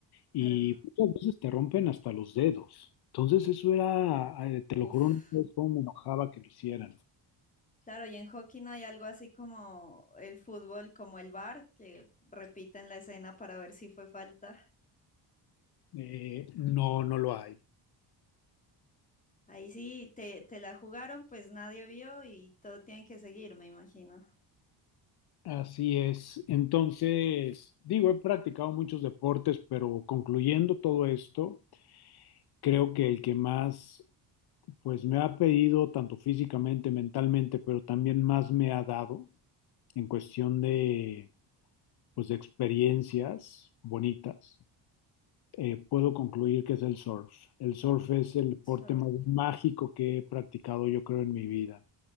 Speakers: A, on the left; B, on the left.
A: y
B: claro.
A: muchas veces te rompen hasta los dedos. Entonces eso era, eh, te
B: Uf.
A: lo juro, no sabes cómo me enojaba que lo hicieran.
B: Claro, y en hockey no hay algo así como el fútbol, como el bar que repiten la escena para ver si fue falta.
A: Eh, no, no lo hay.
B: Ahí sí, te, te la jugaron, pues nadie vio y todo tiene que seguir, me imagino.
A: Así es. Entonces, digo, he practicado muchos deportes, pero concluyendo todo esto, creo que el que más, pues me ha pedido, tanto físicamente, mentalmente, pero también más me ha dado en cuestión de, pues, de experiencias bonitas eh, puedo concluir que es el surf. El surf es el deporte
B: Surf.
A: más mágico que he practicado, yo creo, en mi vida.